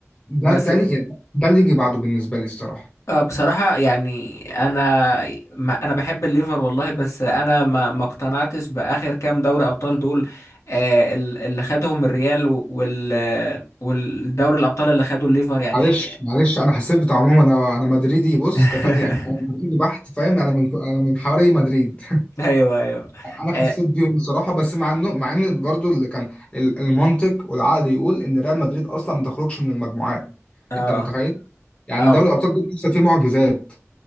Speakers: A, on the left; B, on the left.
A: ده
B: بس
A: تاني يعني ده اللي يجي بعده بالنسبه لي الصراحه
B: آه بصراحه يعني انا ما انا بحب الليفر والله بس انا ما ما اقتنعتش باخر كام دوري ابطال دول آه ال- اللي خدهم الريال و- وال والدوري الابطال اللي خدوا الليفر يعني
A: معلش معلش انا حسيت بتاع عموما انا انا مدريدي بص
B: <laughs>
A: كت... يعني انا مدريدي بحت فاهم انا من انا من حواري مدريد
B: ايوه ايوه
A: انا حسيت
B: اه
A: بيهم بصراحه بس مع انه مع ان برضو اللي كان ال- المنطق والعقل يقول ان ريال مدريد اصلا ما تخرجش من المجموعات
B: اه
A: انت متخيل يعني
B: آه،
A: دوري الابطال ده لسه فيه معجزات